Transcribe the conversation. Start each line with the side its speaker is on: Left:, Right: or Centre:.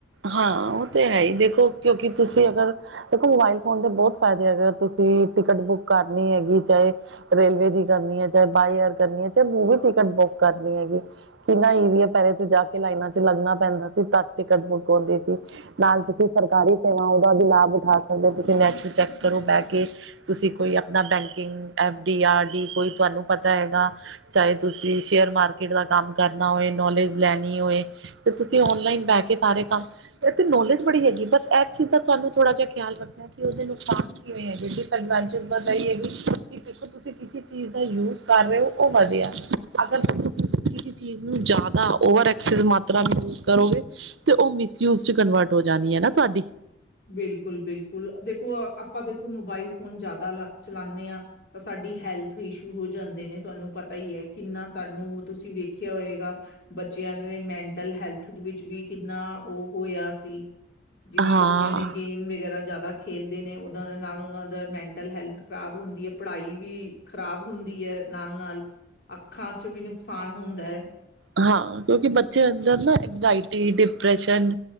Right: ਹਾਂ ਉਹ ਤੇ ਹੈ ਹੀ ਦੇਖੋ ਕਿਉਂਕਿ ਤੁਸੀਂ ਅਗਰ ਦੇਖੋ ਮੋਬਾਇਲ ਫੋਨ ਦੇ ਬਹੁਤ ਫ਼ਾਇਦੇ ਅਗਰ ਤੁਂ ਤੁ ਟਿਕਟ ਬੁੱਕ ਕਰਨੀ ਹੈਗੀ ਚਾਹੇ ਰੇਲਵੇ ਦੀ ਕਰਨੀ ਹੈ ਚਾਹੇ ਬਾਏ ਏਅਰ ਕਰਨੀ ਹੈ ਚਾਹੇ ਮੂਵ ਵੀ ਟਿਕਟ ਟਿਕਟ ਬੁੱਕ ਕਰਨੀ ਹੈਗੀ ਕਿਨਾ ਪੈਰੇ ਤੇ ਜਾ ਕੇ ਲਾਈਨਾਂ ਚ ਲੱਗਣਾ ਪੈਂਦਾ ਸੀ ਤ ਟਿਕਟ ਬੁੱਕ ਸੀ ਨਾਲ ਤੁਸੀਂ ਸਰਕਾਰੀ ਸੇਵਾ ਉਹਦਾ ਵੀ ਲਾਭ ਉਠਾ ਸਕਦੇ ਹੋ ਤੁਸੀਂ ਨੈਕਸਟ ਚੈੱਕ ਕਰੋ ਬਹਿ ਕੇ ਤੁਸੀਂ ਕੋਈ ਆਪਣਾ ਬੈਂਕਿੰਗ ਡੀ ਆਰ ਡੀ ਕੋਈ ਤੁਹਾਨੂੰ ਪਤਾ ਹੈਗਾ ਚਾਹੇ ਤੁਸੀਂ ਸ਼ੇਅਰ ਮਾਰਕੀਟ ਦਾ ਕੰਮ ਕਰਨਾ ਹੋਏ ਨੌਲੇਜ ਲੈਣੀ ਹੋਏ ਤੇ ਤੁਸੀਂ ਔਨਲਾਈਨ ਬਹਿ ਕੇ ਸਾਰੇ ਕੰਮ ਇਹ ਤੇ ਨੋਲੇਜ ਬੜੀ ਹੈਗੀ ਬਸ ਇਸ ਚੀਜ਼ ਦਾ ਤੁਹਾਨੂੰ ਥੋੜਾ ਜਿਹਾ ਖਿਆਲ ਰੱਖਣਾ ਕਿ ਉਸਦੇ ਨੁਕਸਾਨ ਕੀ ਹੋ ਜਿਹਡਵੈਂਚ ਵਧਾਈ ਹੈਗੀ ਕਿ ਦੇਖੋ ਤੁਸੀਂ ਕਿਸੇ ਚੀਜ਼ ਦਾ ਯੂਜ ਕਰ ਰਹੇ ਹੋ ਉਹ ਵਧੀਆ ਅਗਰ ਤੁਸੀਂੀ ਚੀਜ਼ ਨੂੰ ਜ਼ਿਆਦਾ ਓਵਰ ਐਕਸ ਮਾਤਰਾ ਯੂਜ ਕਰੋਗੇ ਤੇ ਉਹ ਮਿਸਯੂਜ ਚ ਕਨਵਰਟ ਹੋ ਜਾਣੀ ਹੈ ਨਾ ਤੁਹਾਡੀ
Left: ਬਿਲਕੁਲ ਬਿਲਕੁਲ ਦੇਖੋ ਆਪਾਂ ਦੇਖੋ ਮੋਬਾਇਲ ਫੋਨ ਜ਼ਿਆਦਾ ਚਲਾਉਦੇ ਹਾਂ ਤਾਂ ਸਾਡੇ ਹੈਲਥ ਇਸ਼ੂ ਹੋ ਜਾਂਦੇ ਨੇ ਤੁਹਾਨੂੰ ਪਤਾ ਹੀ ਹੈ ਕਿੰਨਾ ਸਾਨੂੰ ਤੁਸੀਂ ਵੇਖਿਆ ਹੋਏਗਾ ਬੱਚਿਆਂ ਦੇ ਮੈਂਟਲ ਹੈਲਥ ਵਿੱਚ ਵੀ ਕਿੰਨਾ ਉਹ ਹੋਇਆ ਸੀ। ਜਿਵੇਂ
Right: ਹਾਂ
Left: ਬੱਚਿਆਂ ਨੇ ਗੇਮ ਵਗੈਰਾ ਜ਼ਿਆਦਾ ਖੇਲਦੇ ਨੇ ਉਹਨਾਂ ਦੇ ਨਾਲ ਉਹਨਾਂ ਦਾ ਮੈਂਟਲ ਹੈਲਥ ਖਰਾਬ ਹੁੰਦੀ ਹੈ। ਪੜ੍ਹਾਈ ਵੀ ਖ਼ਰਾਬ ਹੁੰਦੀ ਹੈ। ਨਾਲ -ਨਾਲ ਅੱਖਾਂ ਚ ਵੀ ਨੁਕਸਾਨ ਹੁੰਦਾ ਹੈ।
Right: ਹਾਂ। ਕਿਉਂਕਿ ਬੱਚੇ ਅੰਦਰ ਨਾ ਇੰਜਾਇਟੀ, ਡਿਪ੍ਰੈਸ਼ਨ,